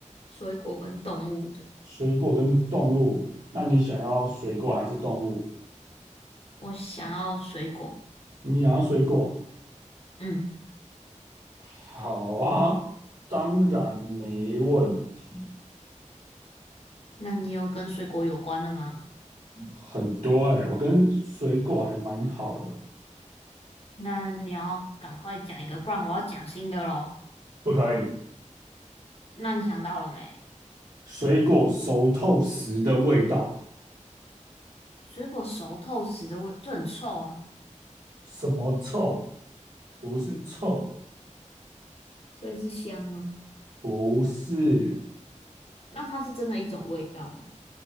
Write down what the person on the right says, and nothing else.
水果跟动物，那你想要水果还是动物？
你想要水果？
好啊，当然没问题。
很多哎、我跟水果还蛮好的。
不可以，
水果熟透时的味道，
什么臭？不是臭，
不是，